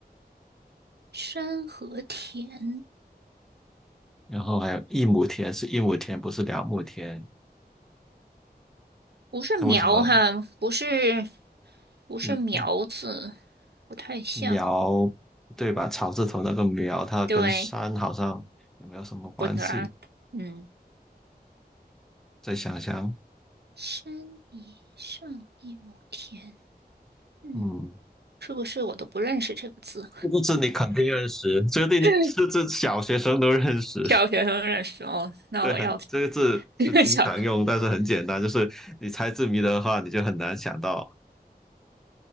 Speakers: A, on the right; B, in the centre.
A: 山和田，
B: 然后还有一亩田是一亩田，不是两亩田。
A: 不是苗哈，
B: 它为什么
A: 不是不是苗字，
B: 嗯嗯
A: 不太像。
B: 苗对吧？草字头那个苗，它跟山好像也没有什么关系。
A: 对，不难。嗯，
B: 再想想，
A: 山底上一亩田，嗯，
B: 嗯，
A: 是不是我都不认识这个字？
B: 这个字你肯定认识，这个字你是这小学生都认识。
A: <laughs> 小学生认识哦，那我要
B: 对，很这个字是经常用，
A: <laughs> 小
B: 但是很简单，就是你猜字谜的话，你就很难想到。